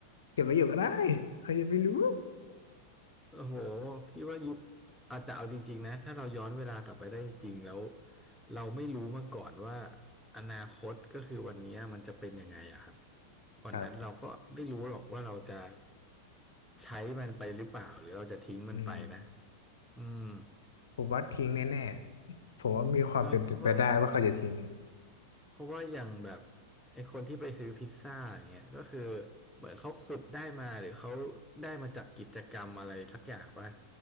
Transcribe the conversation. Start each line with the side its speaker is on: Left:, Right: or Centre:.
Left: เก็บไว้อยู่ก็ได้ใครจะไปรู้
Centre: โอ้โหพี่ว่ายุคอ่ะแต่เอาจริงๆนะถ้าเราย้อนเวลากลับไปได้จริงๆแล้วเราไม่รู้มาก่อนว่าอนาคตก็คือวันนี้มันจะเป็นยังไงอะครับวันนั้นเราก็ไม่รู้หรอกว่าเราจะ
Left: ครับ
Centre: ใช้มันไปหรือเปล่าหรือเราจะทิ้งมันไปนะ
Left: อืม
Centre: อืม
Left: ผมว่าทิ้งแน่ๆผมว่ามีความเป็นไปได้ว่าเขาจะทิ้ง
Centre: เนาะเพราะว่า เพราะว่าอย่างแบบไอ้คนที่ไปซื้อพิซซ่าอย่างเงี้ยก็คือเหมือนเขาขุดได้มาหรือเขาได้มาจากกิจกรรมอะไรสักอย่างปะ